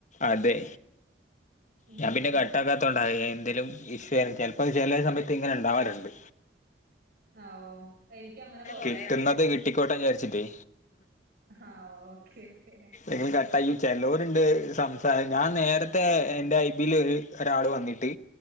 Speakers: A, on the left; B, on the right.
A: അതെ
B: ഉം
A: ഞാൻ പിന്നെ കട്ടാക്കാത്തോണ്ട എ എന്തേലും ഇഷ്യൂ ചിലപ്പോ ചെല സമയത്ത് ഇങ്ങനെ ഇണ്ടാവാറുണ്ട്
B: ആഹ് ഓ എനിക്കും അങ്ങനെ കൊറേ
A: കിട്ടുന്നത്
B: ആയി കേട്ടോ
A: കിട്ടിക്കോട്ടെന്ന് വിചാരിച്ചിട്ട്
B: ആഹ് ഓക്കെ ഓക്കെ
A: എങ്കിലും കട്ടായി ചിലോരുണ്ട് സംസാരം ഞാൻ നേരത്തെ എന്റെ ഐ ഇതിൽ ഒരു ഒരാൾ വന്നിട്ട്